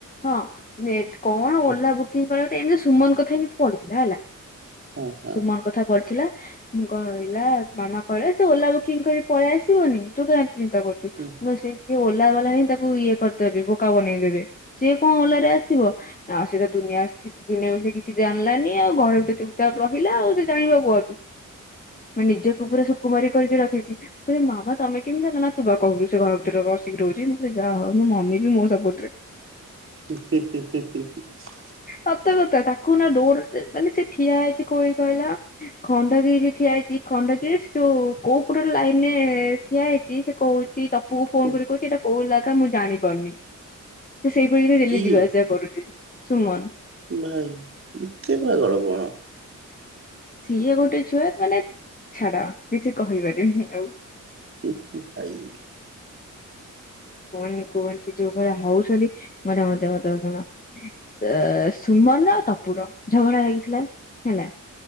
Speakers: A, on the left; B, on the right.
A: ହଁ ନେଟ୍ କଣ
B: ହୁଁ
A: ଓଲା ବୁକିଂ କରିବା ତ ଏମିତି ସୁମନ କଥା ହିଁ ପଡିଥିଲା ହେଲା।
B: ହଁ ହଁ
A: ସୁମନ କଥା ପଡିଥିଲା। ମୁଁ କହିଲା ମାମା କହିଲା ସେ ଓଲା ବୁକିଂ କରି ପଳେଇ ଆସିବନି। ତୁ କାଇଁ ଏତେ ଚିନ୍ତା କରୁଛୁ।
B: ହୁଁ।
A: ମୁଁ କହିଲି ସିଏ କି ଓଲାବାଲା ହିଁ ତାକୁ ଇଏ କରିଦେବେ ବୋକା ବନେଇ ଦେବେ। ସିଏ କଣ ଓଲା ରେ ଆସିବ। ଆଉ ସେ ତ ଦୁନିଆ <inaudible> ଦୁନିଆ ବିଷୟେ କିଛି ଜାଣିଲାନି ଆଉ। ଘର ଭିତରେ ଚୁପ୍ ଚାପ ରହିଲା ଆଉ ସେ ଜାଣିବ କୁଆଡୁ। ମାନେ ନିଜକୁ ପୁରା ସୁକୁମାରି କରିକି ରଖିସି। ମୁଁ କହିଲି ମାମା ତୋମେ କେମିତି ଜାଣିଲ? ନା ତୁ ବା କହୁଲୁ ସେ ଘର ଭିତରେ ରସି ରହୁଚି। ମୁଁ କହିଲି ଯାହା ହଉ ମୋ ମମି ବି ମୋ ସପୋର୍ଟ ରେ।
B: ସେ
A: ସତ କଥା ତାକୁ ନା ଡୋଡର ମାନେ ସେ ଠିଆ ହେଇଛି କୋଉ ଇଏ କହିଲ? ଖଣ୍ଡଗିରି ଠିଆ ହେଇ ସେଇ ଖଣ୍ଡଗିରି ଯୋଉ କୋଉ ପଟ ଗୋଟେ ଲାଇନ୍ ରେ ଠିଆ ହେଇଚି। ସେ କହୁଚି ତ ପୁଅ ଫୋନ୍
B: ହଁ
A: କରି କହୁଚି ଏଟା କୋଉ ଇଲାକା ମୁଁ ଜାଣିପାରୁନି। ସେ ସେଇ ପଇରେ ଡେଲି
B: କିଏ
A: ଯିବା ଆସିବା କରୁଚି ସୁମନ।
B: ଭାଇ ଏତେ ପାଗଳ କଣ।
A: ସିଏ ଗୋଟେ ଛୁଆ ମାନେ ଛାଡ କିଛି କହିପାରିମିନି ଆଉ।
B: ଉଁ, ହୁଁ ଭାଇ।
A: କୁହନି କୁହନି ସେ ଯୋଉ ଭଳିଆ ହଉଛନ୍ତି ମାନେ ମଜା କଥା ଶୁଣ ଏ ସୁମନ ର ତପୁର ଝଗଡା ଲାଗିଥିଲା ହେଲା।